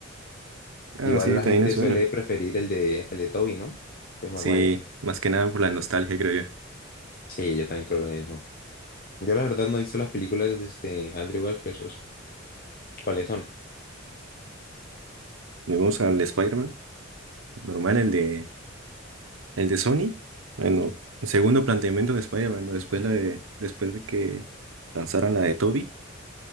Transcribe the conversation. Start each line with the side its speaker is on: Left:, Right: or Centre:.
Right: Ah,
Left: Igual
Right: sí,
Left: la
Right: también
Left: gente
Right: es
Left: suele
Right: bueno.
Left: preferir el de, el de Tobey, ¿no? Tobey Maguire.
Right: Sí, más que nada por la nostalgia, creo yo.
Left: Sí, yo también creo lo mismo. Yo la verdad no he visto las películas de este Andrew Garfield, socio. ¿Cuáles son?
Right: Tenemos al Spider-Man, normal, el de, el de Sony. Bueno, el segundo planteamiento de Spider-Man, ¿no? Después la de, después de que lanzaron la de Toby.